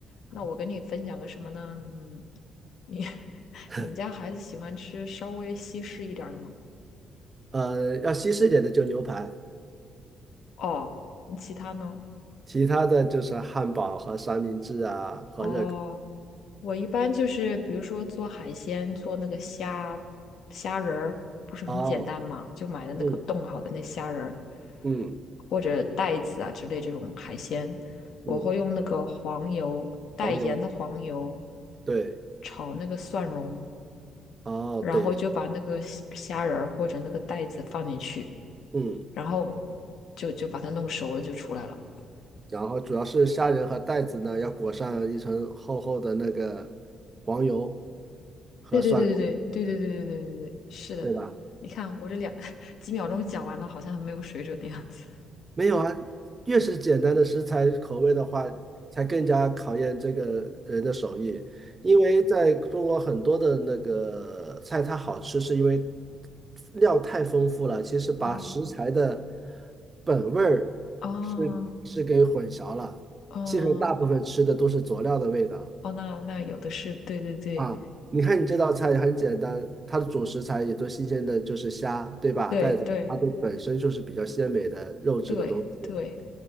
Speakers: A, on the left (about 70°); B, on the right (about 35°).
A: 那我跟你分享个什么呢？
B: 啊。
A: 嗯，你 <laughs>
B: <laughs>
A: 你们家孩子喜欢吃稍微西式一点儿的吗？
B: 呃，要西式一点的就牛排，
A: 哦，那其他呢？
B: 其他的就是汉堡和三明治啊和热狗。
A: 哦。我一般就是比如说做海鲜，做那个虾虾仁儿，不是很简单嘛？
B: 哦，
A: 就买的那个冻好的那虾仁儿，
B: 嗯嗯
A: 或者带子啊之类这种海鲜，我会用那个黄油带盐的黄油
B: 嗯，黄油，对，
A: 炒那个蒜蓉，
B: 哦对，
A: 然后就把那个虾虾仁儿或者那个带子放进去，
B: 嗯，
A: 然后就就把它弄熟了就出来了。
B: 然后主要是虾仁和带子呢，要裹上一层厚厚的那个黄油和蒜蓉，
A: 对对对对对对对对对对对对，是的。
B: 对吧？
A: 你看我这两 <laughs> 几秒钟讲完了，好像很没有水准的样子。
B: 没有啊，越是简单的食材口味的话，才更加考验这个人的手艺。因为在中国很多的那个菜，它好吃是因为料太丰富了，其实把食材的
A: 哦
B: 本味儿是是给混淆了。
A: 哦哦
B: 其实大部分吃的都是佐料的味道
A: 哦，那那有的是，对对对
B: 啊。你看你这道菜也很简单，它的主食材也都新鲜的，就是虾，对吧？
A: 对对
B: 带子它都本身就是比较鲜美的肉质的东西。
A: 对对，